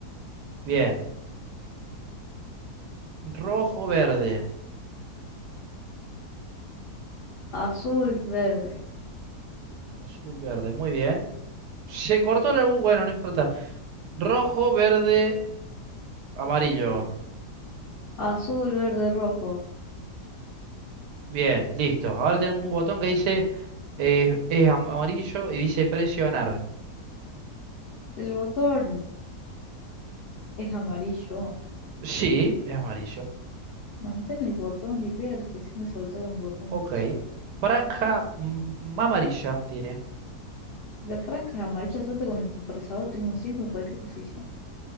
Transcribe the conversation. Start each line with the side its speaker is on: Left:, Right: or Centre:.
Right: Bien. Rojo, verde.
Left: azul, verde,
Right: Azul, verde. Muy bien. Se cortó la luz. Bueno, no importa. Rojo, verde, amarillo.
Left: azul, verde, rojo.
Right: Bien, listo. Ahora tenemos un botón que dice eh, es am- amarillo y dice presionar.
Left: Si el botón es amarillo,
Right: Sí, es amarillo.
Left: mantén el botón y ve a la sección de soltar un botón
Right: Ok.
Left: pulsado.
Right: Franja mm, amarilla tiene.
Left: Si la franja es amarilla, suelta con el temporizador, tengo un 5 en cualquier posición.